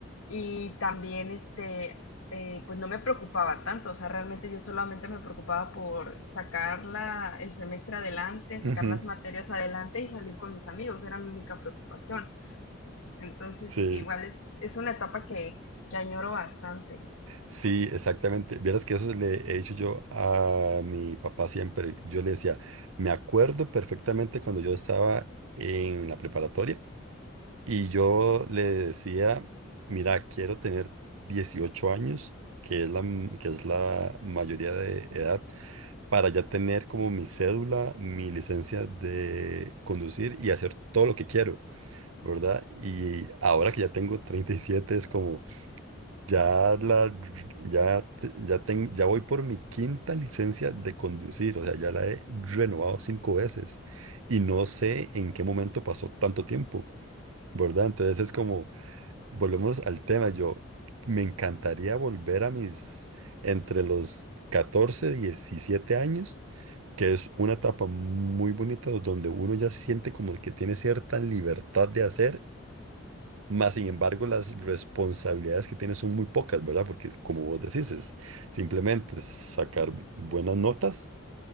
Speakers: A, on the left; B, on the right.
A: y también, este, eh, pues no me preocupaba tanto, o sea, realmente yo solamente me preocupaba por sacar la- el semestre adelante, sacar
B: Ujú.
A: las materias adelante y salir con mis amigos, era mi única preocupación. Entonces,
B: <laughs> Sí.
A: igual es, es una etapa que, que añoro bastante.
B: Sí, exactamente. Vieras que eso le he dicho yo a mi papá siempre. Yo le decía, me acuerdo perfectamente cuando yo estaba en la preparatoria y yo le decía, mira, quiero tener 18 años, que es la, m- que es la mayoría de edad, para ya tener como mi cédula, mi licencia de conducir y hacer todo lo que quiero, ¿verdad? Y ahora que ya tengo 37 es como... Ya la, ya, te- ya, ten- ya voy por mi quinta licencia de conducir, o sea, ya la he renovado cinco veces y no sé en qué momento pasó tanto tiempo, ¿verdad? Entonces es como, volvemos al tema, yo me encantaría volver a mis, entre los 14 17 años, que es una etapa muy bonita donde uno ya siente como que tiene cierta libertad de hacer más sin embargo, las responsabilidades que tiene son muy pocas, ¿verdad? Porque como vos decís, es simplemente sacar buenas notas,